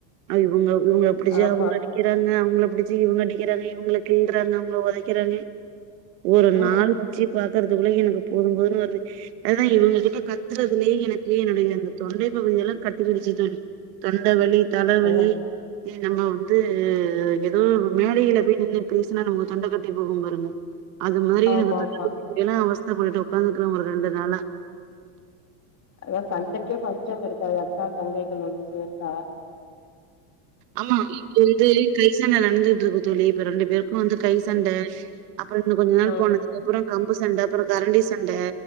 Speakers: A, on the right; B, on the left.
A: அவுங்க இவுங்க அப்டி செய்ய
B: ஆமா
A: அவுங்க இருங்க அவங்கல புடிச்சி இவங்க அடிக்கிறாங்க இவங்கல கீல்றாங்க அவங்க உதைக்கிறாங்க ஒரு
B: ம்
A: நாலு <unintelligible> பாக்கறதுகுள்ளே எனக்கு போது போதுன்னு வருது அதா இவுங்க கிட்ட கத்துறதுலயே எனக் என்னுடைய அந்த தொண்டை பகுதி எல்லா கட்டிகிடுச்சி தோழி தொண்டவலி தலவலி
B: அதா
A: நம்ம வந்து எதோ மேடையில போய் நின்னு போசன நமக் தொண்ட கட்டி போகு பாருங்க அது மாரி
B: ஆமா
A: எனக்கு தொண்ட
B: ஆமா
A: கட்டிடு எனா அவஸ்த பட்டு உக்காந்துக்கிற ஒரு ரெண்டு நாளா
B: அதா சண்டைகே பஞ்சம் இருக்காது அக்கா தங்கைகள் வந்து சேர்ந்தா
A: ஆமா இது வந்து கை சண்ட நடந்துட் இருக்கு தோழி இப்ப ரெண்டு பேருக்கு வந்து கை சண்ட
B: ம்
A: அப்புற இன்னு கொஞ்ச நாள்
B: ம்
A: போன அப்புறோ கம்பு சண்ட அப்புறோ கரண்டி சண்ட